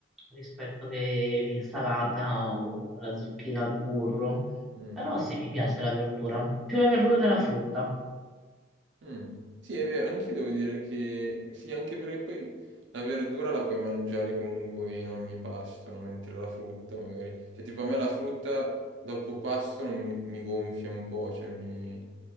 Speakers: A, in the centre; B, on the right.
A: rispetto che l'insalata o la zucchina al burro.
B: Mm.
A: Però sì, mi piace la verdura, più la verdura della frutta,
B: Mm. Sì, è vero, anche io devo dire che sì, anche perché poi la verdura la puoi mangiare comunque in ogni pasto, no? Mentre la frutta magari, cioè tipo a me la frutta dopo pasto non mi, mi gonfia un po', cioè mi,